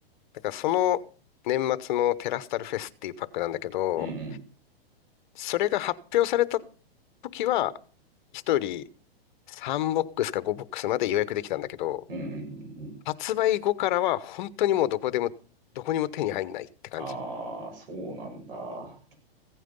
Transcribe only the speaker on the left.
だからその年末のテラスタルフェスっていうパックなんだけど、
それが発表された時は、一人3ボックスか5ボックスまで予約できたんだけど、
発売後からは本当にもうどこでも、どこにも手に入んないって感じ。